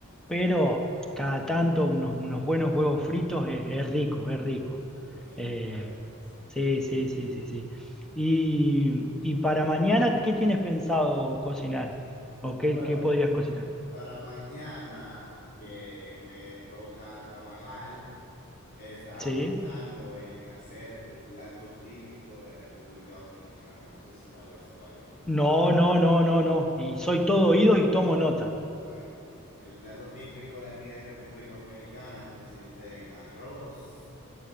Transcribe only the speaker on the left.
Por supuesto,
sí.
Bueno,
para mañana que me toca trabajar, estaba
pensando en hacer el plato típico de República Dominicana. No sé si sabes cuál es.
Bueno, el plato típico de aquí de República Dominicana consiste en arroz.